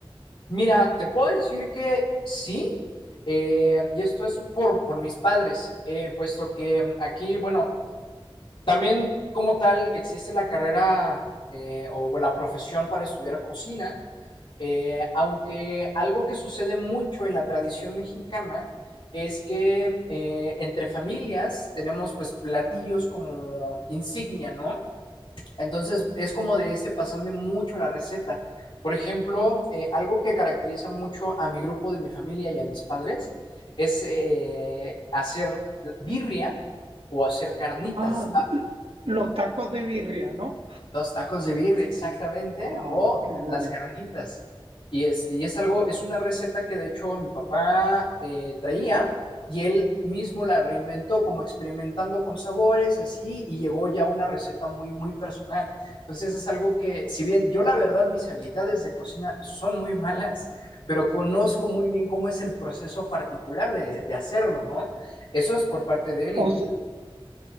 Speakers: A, on the left; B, on the right.
A: Mira, te puedo decir que sí, eh, y esto es por, por mis padres, eh, puesto que mm, aquí, bueno, también como tal existe la carrera eh, o la profesión para estudiar cocina, Eh, aunque algo que sucede mucho en la tradición mexicana es que eh, entre familias tenemos pues platillos como insignia, ¿no? Entonces es como de ese pasando mucho la receta. Por ejemplo, eh, algo que caracteriza mucho a mi grupo de mi familia y a mis padres es eh, hacer birria o hacer carnitas.
B: Ah, los tacos de birria, ¿no?
A: Los tacos de birria, exactamente,
B: Ah,
A: o
B: qué bueno.
A: las carnitas. Y, este, y es algo, es una receta que de hecho mi papá eh, traía y él mismo la reinventó como experimentando con sabores, así, y llegó ya a una receta muy, muy personal. Entonces es algo que, si bien yo la verdad mis habilidades de cocina son muy malas, pero conozco muy bien cómo es el proceso particular de, de hacerlo, ¿no? Eso es por parte de él y,
B: O,
A: por-